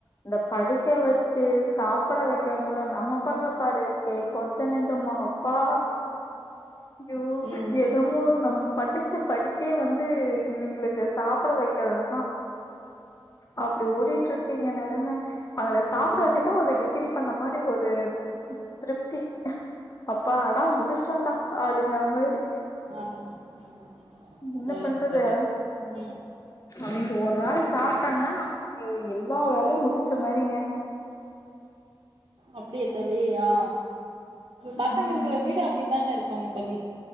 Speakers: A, on the left; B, on the right.
A: இந்த படிக்க வெ ச்சு சாப்பட வெக்கறங்குள்ள நம்ம படுற பாடு இருக்கே கொஞ்ச நஞ்சமா அப்பா அய்யோ
B: ம்
A: எதுமோ நம் படிச்ச படிப்பே வந்து இவிங்களுக்கு சாப்பட வெக்கறதுதா அப்படி ஓடிட்டுருக்கு எங்க நெலம அவங்கள சாப்
B: ம்
A: எதோ ஒரு டிகிரி பண்ண மாரி ஒரு திருப்தி அப்பாடா முடிச்சிட்டோண்ட அப்படிங்கற மாதிரி
B: ஆ ம் சரிங்க
A: என்ன பண்றது
B: தோழி ம்
A: அவிங்க ஒரு ஆள் சாப்ட்டாங்கன்னா நமக்கு எல்லா வேலையு முடிச்ச மாரிங்க
B: அப்டியா தோழி ஆ
A: ம்
B: பசங்க இருக்கற வீடு அப்படிதான இருக்குங்க தோழி